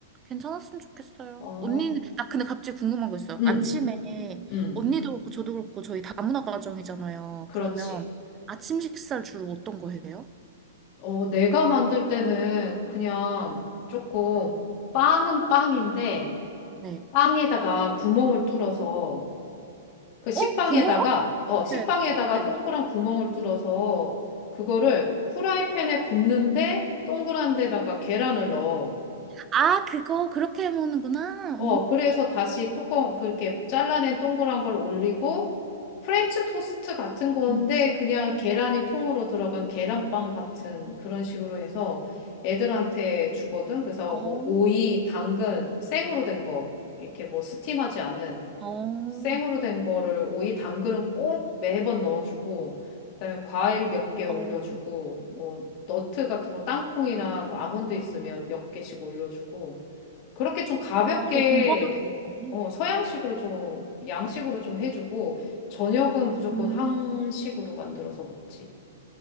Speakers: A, on the right; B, on the left.
A: 괜찮았으면 좋겠어요.
B: 어,
A: 언니는, 아, 근데 갑자기 궁금한 거 있어요.
B: 응,
A: 아침에,
B: 응,
A: 언니도 그렇고, 저도 그렇고, 저희 다문화 가정이잖아요.
B: 그렇지.
A: 그러면, 아침 식사를 주로 어떤 거 해요?
B: 어, 내가 만들 때는 그냥 조금 빵은 빵인데
A: 네.
B: 빵에다가 구멍을 뚫어서 그 식빵에다가
A: 어, 어? 구멍?
B: 어, 식빵에다가
A: 네. 네.
B: 동그란 구멍을 뚫어서 그거를 후라이팬에 굽는데 동그란 데다가 계란을 넣어.
A: 아, 그거, 그렇게 해 먹는구나.
B: 어,
A: 음.
B: 그래서 다시 뚜껑, 그렇게 잘라낸 동그란 걸 올리고, 프렌치 토스트 같은 건데,
A: 음.
B: 그냥 계란이 통으로 들어간 계란빵 같은 그런 식으로 해서 애들한테 주거든. 그래서
A: 어,
B: 뭐, 오이, 당근, 생으로 된 거, 이렇게 뭐, 스팀하지 않은
A: 어,
B: 생으로 된 거를 오이, 당근은 꼭 매번 넣어주고, 그다음에 과일 몇 개 올려주고,
A: 어,
B: 뭐, 너트 같은 거, 땅콩이나 뭐, 아몬드 있으면 몇 개씩 올려주고, 그렇게 좀 가볍게
A: 어, 되게 공부하면서 먹네.
B: 어, 서양식으로 좀 양식으로 좀 해주고 저녁은 무조건
A: 음,
B: 한식으로 만들어서 먹지.